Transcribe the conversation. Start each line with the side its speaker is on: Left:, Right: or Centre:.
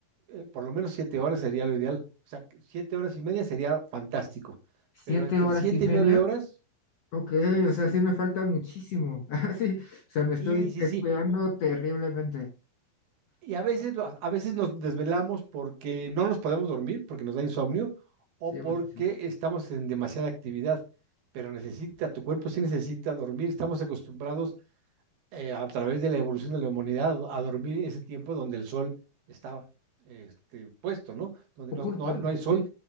Right: eh, por lo menos siete horas sería lo ideal. O sea, siete horas y media sería fantástico.
Left: Siete
Right: Pero entre
Left: horas
Right: siete
Left: y media.
Right: y nueve horas,
Left: Ok,
Right: sí.
Left: o sea, sí me falta muchísimo. <laughs> Ah, Sí, o sea, me
Right: Sí,
Left: estoy
Right: sí,
Left: descuidando
Right: sí.
Left: terriblemente.
Right: Y a veces, lo- a veces nos desvelamos porque no nos podemos dormir, porque nos da insomnio, o
Left: Sí,
Right: porque
Left: muchísimo.
Right: estamos en demasiada actividad. Pero necesita, tu cuerpo sí necesita dormir. Estamos acostumbrados eh, a través de la evolución de la humanidad a dormir ese tiempo donde el sol estaba este, puesto, ¿no? Donde
Left: Oculto,
Right: no, no hay, no hay sol
Left: sí,